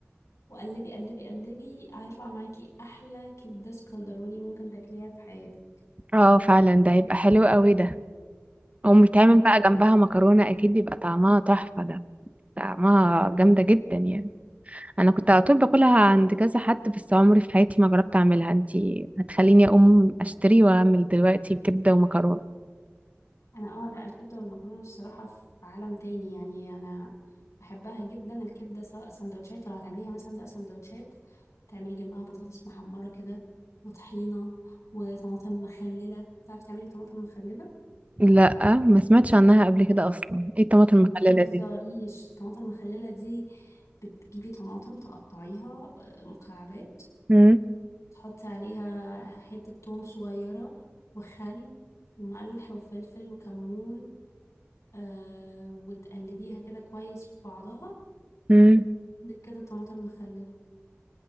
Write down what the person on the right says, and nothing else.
اه فعلا ده هيبقى حلو قوي ده او بيتعمل بقى جنبها مكرونة اكيد يبقى طعمها تحفة ده طعمها جامدة جدا يعني انا كنت على طول باكلها عند كذا حد بس عمري في حياتي ما جربت اعملها انت هتخليني اقوم اشتري واعمل دلوقتي بكبدة ومكرونة
لا ما سمعتش عنها قبل كده اصلا ايه الطماطم
المخللة
دي
امم
امم